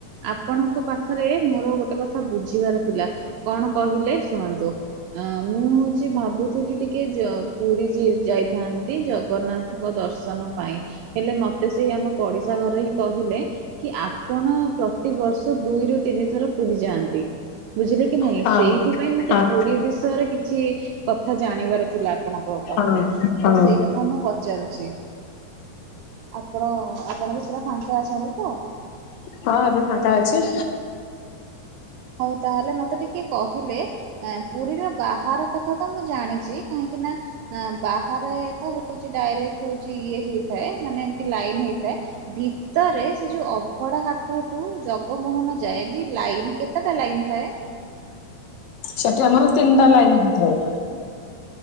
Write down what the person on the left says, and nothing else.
ହଁ
ହଁ
ହଁ
ହଁ
ହଁ ଏବେ ଫାଙ୍କା ଅଛି।
ସେଠି ଆମର ତିନିଟା ଲାଇନ୍ ହେଇ ଥାଏ।